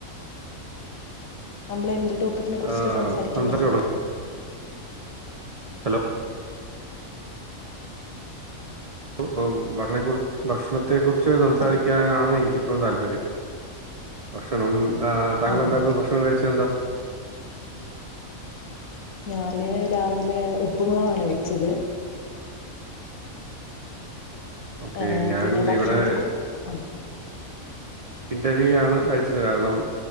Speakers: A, on the left; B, on the right.
A: നമ്മള് എന്ത് ടോപ്പിക്കിനെ കുറിച്ചിട്ട
B: ആ
A: സംസാരിക്കുന്നെ?
B: സംസാരിച്ചു തുടങ്ങാം ഹലോ പ്പ് ഇപ്പം ഭക്ഷണെക്കുറി ഭക്ഷണത്തെ കുറിച്ച് സംസാരിക്കാനാണ്
A: ആഹ്
B: എനിക്കിപ്പം താല്പര്യം. ഭക്ഷണം ഏഹ്‌ താങ്കൾ
A: ആഹ്
B: എന്താപ്പോ
A: ഓക്കെ
B: ഭക്ഷണം കഴിച്ചേ എന്താ?
A: ഞാന് രാവിലെ ഉപ്പുമാവാണ് കഴിച്ചത്.
B: ഓക്കെ
A: ആഹ്
B: ഞാൻ
A: പിന്നെ ഭക്ഷണത്തെ
B: ഇവിടെ
A: കു ആഹ്
B: ഇഡലിയാണ് കഴിച്ചത് കാരണം